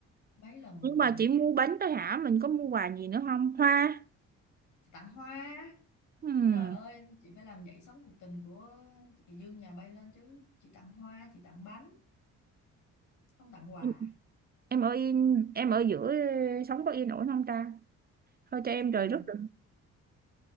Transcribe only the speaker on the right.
nhưng mà chỉ mua bánh thôi hả mình có mua quà gì nữa không hoa
Ừm,
em em ở yên em ở giữa sống có yên ổn không ta thôi cho em rời
rút được